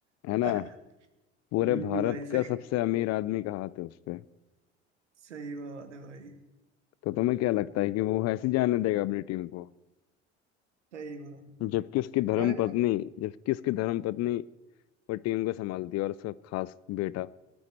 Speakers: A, on the left; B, on the right.
A: है ना
B: <laughs>
A: पूरे
B: हम्म
A: भारत
B: भाई
A: का
B: सही
A: सबसे अमीर आदमी का हाथ है उस पे
B: सही बात है भाई
A: तो तुम्हें क्या लगता है कि वो ऐसे जाने देगा अपनी टीम को
B: सही बात है।
A: जबकि उसकी धर्म
B: हमारे
A: पत्नी
B: लिए
A: जबकि उसकी धर्म पत्नी वो टीम को संभालती है और उसका खास बेटा